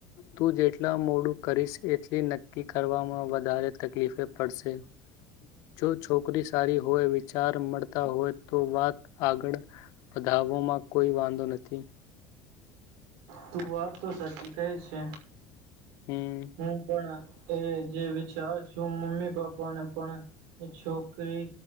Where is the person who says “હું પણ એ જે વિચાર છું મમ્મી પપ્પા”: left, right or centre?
Right